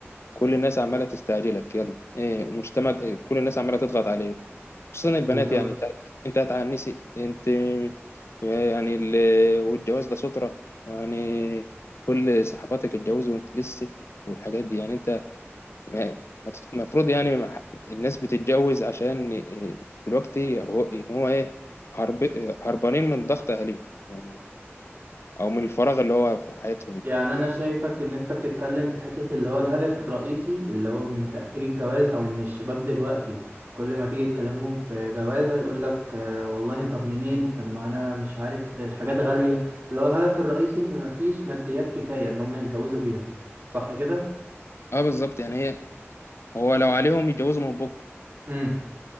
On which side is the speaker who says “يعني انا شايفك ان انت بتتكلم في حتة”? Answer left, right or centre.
Right